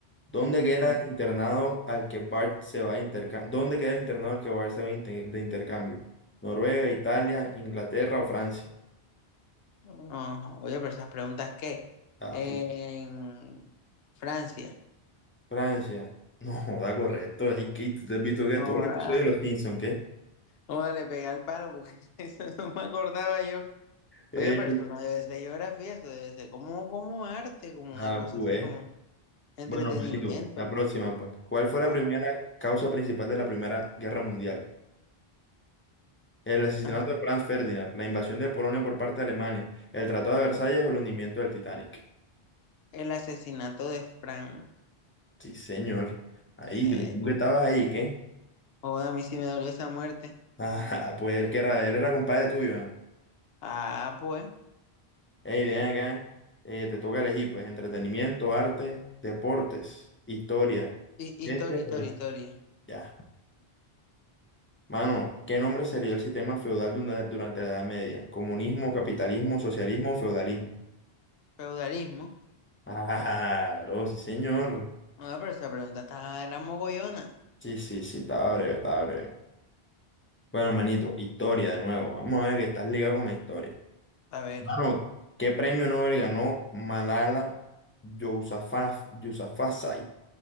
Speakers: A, on the left; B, on the left.
A: ¿Dónde queda
B: Ujú.
A: el internado al que Bart se va a intercambio? ¿Dónde queda el internado al que Bart se va a inter- de intercambio? ¿Noruega, Italia, Inglaterra o Francia?
B: No, oye, pero esas preguntas, ¿qué?
A: Ah,
B: En
A: puta.
B: Francia.
A: Francia. No, joda, correcto. Ay, ¿qué? ¿Tú te has visto que
B: No,
A: todo el
B: ah,
A: episodio de los Simpsons, qué?
B: no, dale, pegué al palo porque <laughs> eso no me acordaba yo.
A: Eh,
B: Oye, pero eso no debe ser geografía, eso debe ser como, como arte, como
A: ah,
B: una cosa
A: pues.
B: así, como entretenimiento.
A: Bueno, manito, la próxima, pues. ¿Cuál fue la
B: Ajá,
A: primera causa principal de la Primera Guerra Mundial? El asesinato
B: ajá.
A: de Franz Ferdinand, la invasión de Polonia por parte de Alemania, el Tratado de Versalles o el hundimiento del Titanic.
B: El asesinato de Frank.
A: Sí, señor. Ahí,
B: Se...
A: ¿cómo que estabas ahí, qué? <laughs>
B: Joda, a mí sí me dolió esa muerte.
A: Ah, pues él que era, él era compadre tuyo, ¿ah?
B: Ah, pues.
A: Hey, ven acá, eh, te toca elegir, pues, entretenimiento, arte, deportes, historia,
B: Hi- Historia,
A: ciencia,
B: historia,
A: pero
B: historia.
A: ya. Mano, ¿qué nombre se le dio al sistema feudal dunda- durante la Edad Media? ¿Comunismo, capitalismo, socialismo o feudalismo? <laughs>
B: Feudalismo.
A: Ah, oh, sí, señor.
B: No, pero esa pregunta está, era mogollona.
A: Sí, sí, sí, estaba breve, estaba breve. Bueno, manito, historia de nuevo. Vamos a ver que estás ligado con la historia.
B: A ver.
A: Mano, ¿qué premio Nobel ganó Malala Yousafzai?